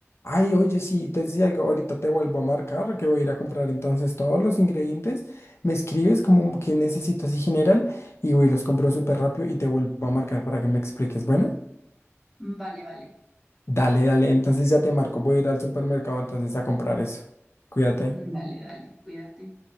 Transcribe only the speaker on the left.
Ay, oye, sí, te decía algo. Ahorita te vuelvo a marcar que voy a ir a comprar entonces todos los ingredientes. Me escribes como que necesitas y general y voy, los compro súper rápido y te vuelvo a marcar para que me expliques. Bueno.
Dale, dale, entonces ya te marco, voy a ir al supermercado entonces a comprar eso. Cuídate.